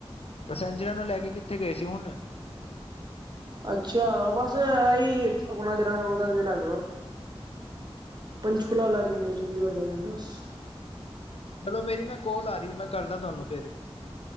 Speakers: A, on the left; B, on the right.
A: ਪੈਸੈਂਜਰਾਂ ਨੂੰ ਲੈ ਕੇ ਕਿੱਥੇ? ਕਿੱਥੇ ਗਏ ਸੀ ਹੁਣ?
B: ਅੱਛਾ। ਬਸ ਆਹੀ ਆਪਣਾ ਜਿਹੜਾ ਉਹਦਾ ਕਿਹੜਾ ਪੰਚਕੁਲਾ ਲੈ ਜਾਂਦੇ। ਚੰਡੀਗੜ੍ਹ ਲੈ ਜਾਂਦੇ
A: ਅੱਛਾ-ਅੱਛਾ
B: ਬਸ
A: ਚਲੋ ਮੇਰੀ ਨਾ ਕੋਲ ਆ ਰਹੀ ਹੈ। ਮੈਂ, ਕਰਦਾ ਤੁਹਾਨੂੰ ਫੇਰ।